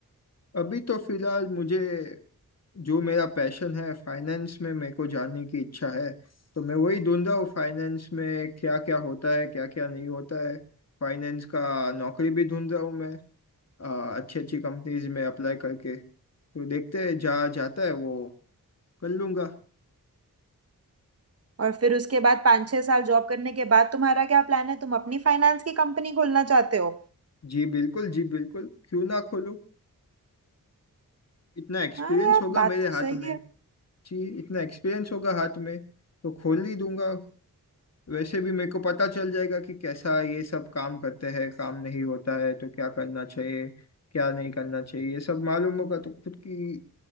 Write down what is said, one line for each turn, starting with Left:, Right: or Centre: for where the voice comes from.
Left: अभी तो फिलहाल मुझे जो मेरा पैशन है फाइनेंस में मेरे को जानने की इच्छा है तो मैं वही ढूंढ रहा हूँ फाइनेंस में क्या क्या होता है क्या क्या नहीं होता है फाइनेंस का नौकरी भी ढूंढ रहा हूँ मैं आ, अच्छी अच्छी कंपनीज में अप्लाई करके तो देखते हैं जहाँ जाता है वो कर लूंगा
Right: और फिर उसके बाद पाँच छह साल जॉब करने के बाद तुम्हारा क्या प्लान है तुम अपनी फाइनेंस की कंपनी खोलना चाहते हो
Left: जी बिल्कुल जी बिल्कुल क्यों ना खोलूँ इतना एक्सपीरियंस
Right: हाँ यार
Left: होगा
Right: बात
Left: मेरे
Right: तो
Left: हाथ
Right: सही
Left: में
Right: है
Left: जी इतना एक्सपीरियंस होगा हाथ में तो खोल ही दूंगा वैसे भी मेरे को पता चल जाएगा कि कैसा ये सब काम करते हैं काम नहीं होता है तो क्या करना चाहिए क्या नहीं करना चाहिए ये सब मालूम होगा तो खुद की